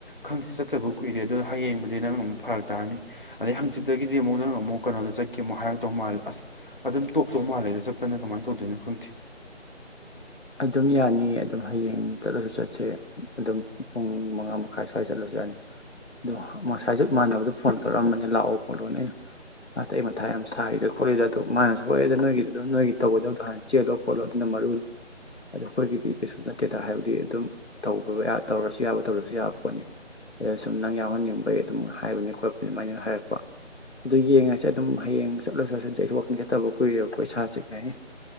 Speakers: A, on the left; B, on the left.
A: ꯈꯪꯗꯦ ꯆꯠꯇꯕꯕꯨ ꯀꯨꯏꯔꯦ ꯑꯗꯨꯅ ꯍꯌꯦꯡꯕꯨꯗꯤ ꯅꯪꯅ ꯑꯃꯨꯛ ꯐꯔꯛ ꯇꯥꯔꯅꯤ ꯑꯗꯩ ꯍꯪꯆꯤꯠꯇꯒꯤꯗꯤ ꯑꯃꯨꯛ ꯅꯪꯅ ꯑꯃꯨꯛ ꯀꯩꯅꯣꯗ ꯆꯠꯀꯦ ꯑꯃꯨꯣ ꯍꯥꯏꯔꯛꯇꯧ ꯃꯥꯜꯂꯦ ꯑꯁ ꯑꯗꯨꯝ ꯇꯣꯛꯇꯧ ꯃꯥꯜꯂꯦꯗ ꯆꯠꯇꯅ ꯀꯃꯥꯏꯅ ꯇꯧꯗꯣꯏꯅꯣ ꯈꯪꯗꯦ
B: ꯑꯗꯨꯝ ꯌꯥꯅꯤꯌꯦ ꯑꯗꯨꯝ ꯍꯌꯦꯡ ꯆꯠꯂꯁꯨ ꯆꯠꯁꯦ ꯑꯗꯨꯝ ꯄꯨꯡ ꯃꯉꯥ ꯃꯈꯥꯏ ꯁ꯭ꯋꯥꯏꯗ ꯆꯠꯂꯁꯨ ꯌꯥꯅꯤ ꯑꯗꯣ ꯃꯁꯥꯏꯁꯨ ꯃꯥꯟꯅꯕꯗꯣ ꯐꯣꯟ ꯇꯧꯔꯛꯑꯝꯕꯅꯦ ꯂꯥꯛꯑꯣ ꯈꯣꯠꯂꯣꯅ ꯑꯩꯅ ꯑꯁꯇ ꯑꯩ ꯃꯊꯥ ꯌꯥꯝ ꯁꯥꯔꯤꯔꯦ ꯈꯣꯠꯂꯤꯔꯦ ꯑꯗꯣ ꯃꯥꯅꯁꯨ ꯁ ꯍꯣꯏꯑꯦꯅ ꯅꯣꯏꯒꯤꯗ ꯑꯗꯨꯝ ꯅꯣꯏꯒꯤ ꯇꯧꯒꯗꯧꯗꯣ ꯍꯥꯟꯅ ꯆꯦꯜꯂꯣ ꯈꯣꯠꯂꯣ ꯑꯗꯨꯅ ꯃꯔꯨꯅꯤ ꯑꯗꯨ ꯑꯩꯈꯣꯏꯒꯤꯗꯤ ꯀꯩꯁꯨ ꯅꯠꯇꯦꯗ ꯍꯥꯏꯕꯗꯤ ꯑꯗꯨꯝ ꯇ ꯇꯧꯔꯁꯨ ꯌꯥꯕ ꯇꯧꯔꯁꯨ ꯌꯥꯕ ꯄꯣꯠꯅꯤ ꯑꯗ ꯁꯨꯝ ꯅꯪ ꯌꯥꯎꯍꯟꯅꯤꯡꯕꯒꯤ ꯑꯗꯨꯝ ꯍꯥꯏꯕꯅꯤ ꯈꯣꯠꯄꯅꯤ ꯑꯗꯨꯃꯥꯏꯅ ꯍꯥꯏꯔꯛꯄ ꯑꯗꯨ ꯌꯦꯡꯉꯁꯦ ꯑꯗꯨꯝ ꯍꯌꯦꯡ ꯆꯠꯂꯁꯨ ꯆꯠꯁꯤꯁ ꯑꯩꯁꯨ ꯋꯥꯛꯀꯤꯡ ꯆꯠꯇꯕ ꯀꯨꯏꯔꯦꯕꯀꯣꯣꯏ ꯏꯁꯥꯁꯦ ꯀꯩ ꯍꯥꯏꯅꯤ